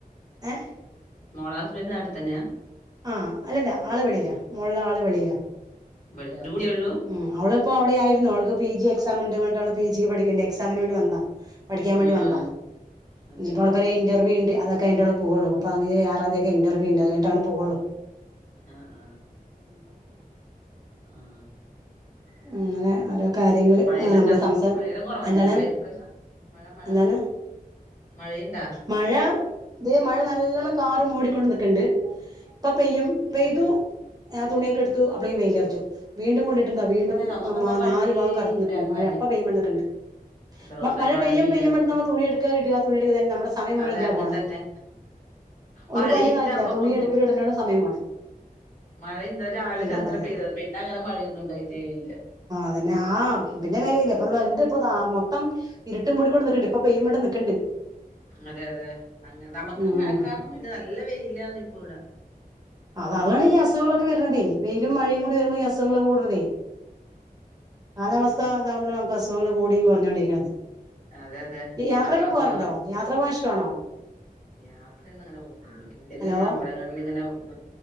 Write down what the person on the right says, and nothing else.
ഏഹ്
ആ അല്ലല്ല ആള് വെളീല മോള ആള് വെളീല
ഉം അവളിപ്പോ അവിടെ ആയിരുന്നു അവൾക്ക് പി ജി എക്സാം ഇണ്ട് വ ന്നിട്ടവള് പി ജിക്ക് പഠിക്കണ്ട് എക്സാമിന് വേണ്ടി വന്നതാ പഠിക്കാൻ വേണ്ടി
വന്നതാ
ഇനിയിപ്പൊ അവൾക്കൊരു ഇന്റർവ്യൂ ഇണ്ട്. അതൊക്കെ കഴിഞ്ഞിട്ട് അവള് പോകൊള്ളു. മുപ്പതാംതീയതീം ആറാന്തിയൊക്കെ ഇന്റർവ്യൂ ഇണ്ട് അത് കഴിഞ്ഞിട്ടെ അവള് പോകൊള്ളൂ.
അങ്ങനെ
ഓരോ കാര്യങ്ങള്
ആഹ് നമ്മള് സംസാ
എന്താണ്
എന്താണ്
മഴ ദേ മഴ നല്ലോണം കാറ് മൂടിക്കൊണ്ട് നിക്കെണ്ട് ഇപ്പൊ പെയ്യും പെയ്തു.
ഞാൻ തുണിയൊക്കെടുത്തു അപ്പളേക്കും വെയിലൊറച്ചു വീണ്ടും കൊണ്ടി ട്ടെന്താ വീണ്ടും
നാ
നാല് ഭാഗം കറുത്ത്
നിക്കെണ്ട്
മഴ അപ്പ പെയ്യും പറഞ്ഞ്നിക്കെണ്ട്
മ മഴ പെയ്യും
പെയ്യുംമ്പ നമ്മ തുണിയെടുക്കാ ഇടുക തുണി <unintelligible> നമ്മുടെ സമയം മുഴുവൻ
എന്തിനാ
പോണെ
ഒരു
പണിയും നടക്കില്ല.
തുണിയടുക്കലും ഇടലുവാണ് സമയം പോണേ.
എന്താ
പറയാ
അന്നെ ആ പിന്നെ കാര്യല്ലേ അപ്പ എന്ത് ഇപ്പ മൊത്തം ഇരുട്ടും മൂടി കൂടെ നക്കണ്ട് ഇപ്പൊ പെയ്യ്മേട്ടം നിക്കണ്ട്
ഉം
അത അതാണ് ഈ അസുഖങ്ങളൊക്കെ വരണതേ വെയിലും മഴയും കൂടി വരുമ്പോൾ ഈ അസുഖങ്ങൾ കൂടണതേ കാലാവസ്ഥ
ഇതാവുമ്പോൾ നമുക്ക് അസുഖങ്ങൾ കൂടിയും കുറഞ്ഞോണ്ടിരിക്കണുന്നത്
യാത്രക്കെ
പോവാറുണ്ടോ യാത്ര പോകാൻ ഇഷ്ടാണോ
ഹലോ